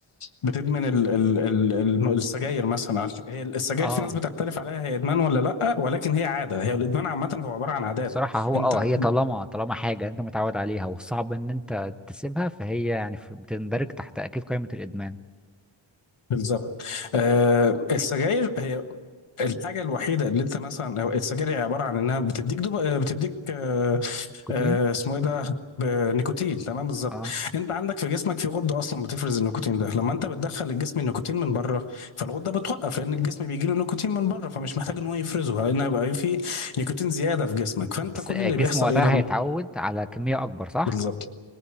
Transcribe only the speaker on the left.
بتدمن ال ال ال ال- السجاير مثلا هي السجاير
في ناس بتختلف عليها هي ادمان ولا لا ولكن هي عاده هي الادمان عامه هو عباره عن عادات
انت
بالظبط آه السجاير هي الحاجة الوحيدة اللي انت مثلا أو السجاير هي عبارة عن انها بتديك دوب... آه، بتديك آه،
آه، اسمه ايه ده ب- نيكوتين تمام بالظبط
انت عندك في جسمك في غدة اصلا بتفرز النيكوتين ده لما انت بتدخل الجسم النيكوتين من بره فالغدة بتوقف لان الجسم بيجي له نيكوتين من بره فمش محتاج ان هو يفرزه لان هيبقى في نيكوتين زيادة في جسمك فانت
كل
اللي بيحصل
ايه لما
بالظبط